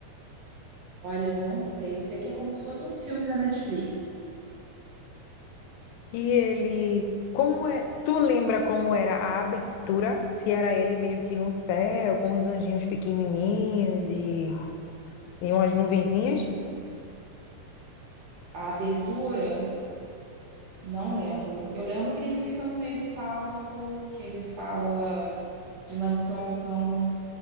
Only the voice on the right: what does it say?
Olha, eu não sei, eu sei que é como se fosse um filme na Netflix.
A abertura, não lembro. Eu lembro que ele fica no meio do palco, que ele fala de uma situação